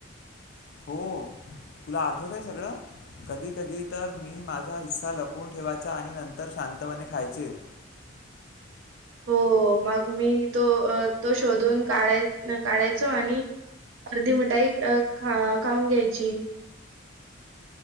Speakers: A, on the left; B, on the right.
A: हो तुला आठवत आहे सगळं कधी कधी तर मी माझा हिस्सा लपवून ठेवायचा आणि नंतर शांतपणे खायचे. <inaudible>
B: हो मग मी तो तो शोधून काढाय काढायचो आणि अर्धी मिठाई ख खाऊन घ्यायची.